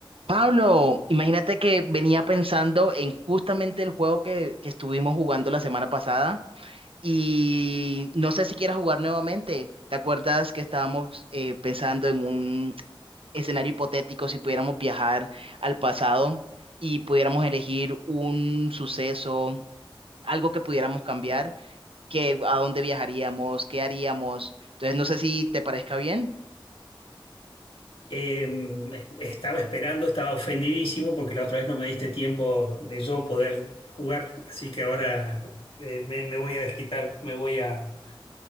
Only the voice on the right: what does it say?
Pablo, imagínate que venía pensando en justamente el juego que, que estuvimos jugando la semana pasada y no sé si quieras jugar nuevamente. ¿Te acuerdas que estábamos eh, pensando en un escenario hipotético si pudiéramos viajar al pasado y pudiéramos elegir un suceso, algo que pudiéramos cambiar? qué, a dónde viajaríamos, qué haríamos. Entonces, no sé si te parezca bien.